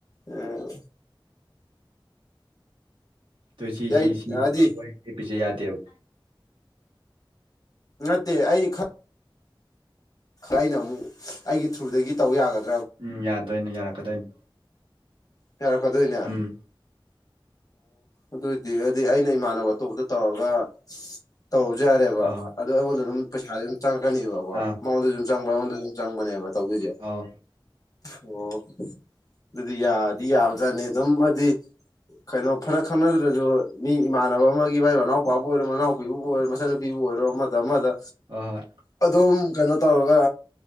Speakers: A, on the left; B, on the right.
A: ꯎꯝ
B: ꯑꯣ ꯁꯤꯁꯤ
A: ꯑꯩ
B: ꯁꯤ
A: ꯍꯥꯏꯗꯤ
B: ꯁꯤ ꯋꯥꯏ ꯀꯦ ꯄꯖ ꯌꯥꯗꯦꯕ
A: ꯅꯠꯇꯦ ꯑꯩ ꯈ ꯑꯩꯅ ꯑꯃꯨꯛ ꯑꯩꯒꯤ ꯊ꯭ꯔꯨꯗꯒꯤ ꯇꯧ ꯌꯥꯒꯗ꯭ꯔꯥ
B: ꯎꯝ ꯌꯥꯗꯣꯏꯅꯦ ꯌꯥꯔꯛꯀꯗꯣꯏꯅꯤ
A: ꯇꯔ ꯀꯗꯧꯏꯅꯦ ꯑꯣ
B: ꯎꯝ
A: ꯑꯗꯨꯏꯗꯤ ꯑꯗꯨꯗꯤ ꯑꯩꯅ ꯏꯃꯥꯟꯅꯕ ꯑꯇꯣꯞꯄꯗ ꯇꯧꯔꯒ ꯇꯧꯔꯁꯨ ꯌꯥꯔꯦꯕ
B: ꯍꯣꯏ ꯍꯣꯏ
A: ꯑꯗꯣ ꯑꯩꯉꯣꯟꯗ ꯑꯗꯨꯝ ꯄꯩꯁꯥꯁꯦ ꯑꯗꯨꯝ ꯆꯪꯉꯛꯀꯅꯦꯕꯀꯣ
B: ꯑꯥ
A: ꯃꯉꯣꯟꯗ ꯑꯗꯨ ꯃꯉꯣꯟꯗ ꯑꯗꯨꯝ ꯆꯪꯕꯅꯦꯕ ꯇꯧꯗꯣꯏꯁꯦ
B: ꯑꯧ
A: ꯑꯣ ꯑꯗꯨꯗꯤ ꯌꯥ ꯌꯥꯎꯗꯅꯤ ꯑꯗꯨꯝꯕꯗꯤ ꯀꯩꯅꯣ ꯐꯔ ꯈꯪꯅꯗ꯭ꯔꯁꯨ ꯃꯤ ꯏꯃꯥꯟꯅꯕ ꯑꯃꯒꯤ ꯃꯥꯏ ꯃꯅꯥꯎꯄꯥꯕꯨ ꯑꯣꯏꯔꯣ ꯃꯅꯥꯎꯄꯤꯕꯨ ꯑꯣꯏꯔꯣ ꯃꯆꯟꯅꯨꯄꯤꯕꯨ ꯑꯣꯏꯔꯣ ꯑꯃꯗ ꯑꯃꯗ
B: ꯍꯣꯏ ꯍꯣꯏ
A: ꯑꯗꯨꯝ ꯀꯩꯅꯣ ꯇꯧꯔꯒ